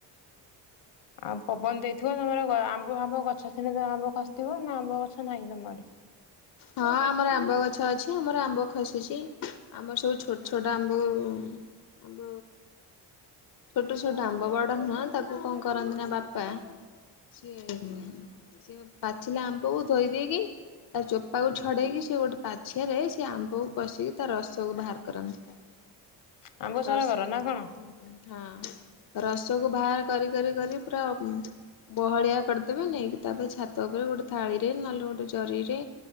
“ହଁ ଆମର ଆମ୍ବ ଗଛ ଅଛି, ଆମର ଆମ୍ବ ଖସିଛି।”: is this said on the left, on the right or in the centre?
Left